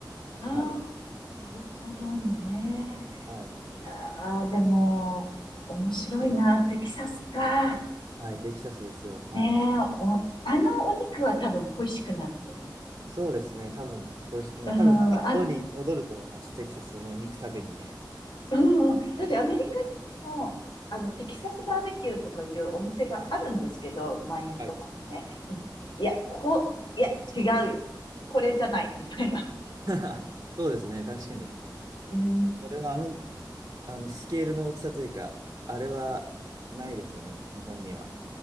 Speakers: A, on the left; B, on the right.
A: ああ、
B: はい。
A: なるほどね。
B: はい。
A: いやー、でも、面白いな。テキサスか。
B: はい、テキサスですよ。はい。
A: ねえ、
B: <laughs>
A: お、あのお肉は多分恋しくなると思
B: そうですね。多分、恋しくなる。
A: う。うん、
B: 多分、また戻り、
A: あ、
B: 戻ると思います。テキサスの肉食べに。
A: うんうん、だってアメリカ行っても、あの、テキサスバーベキューとかいうお店があるんですけど、マイアミとかもね。
B: はい。
A: でも、いや、こう、いや、違うよ。これじゃない、みたいな。
B: <laughs> そうですね。確かに。
A: うん。
B: それは、あの、あの、スケールの大きさというか、あれはないですよね。日本には。